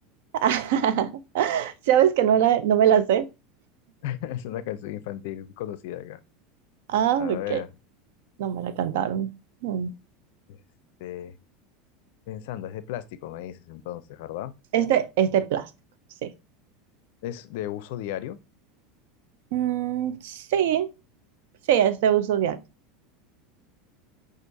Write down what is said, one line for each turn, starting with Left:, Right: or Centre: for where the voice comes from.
Right: <laughs> ¿Sabes que no, la- no me la sé?
Left: <laughs> Es una canción infantil conocida acá.
Right: Ah,
Left: A ver.
Right: ok, no me la cantaron. Mm.
Left: Este, pensando, es de plástico, me dices entonces, ¿verdad?
Right: Es de, es de plástico, sí.
Left: ¿Es de uso diario?
Right: Mm, sí, sí, es de uso diario.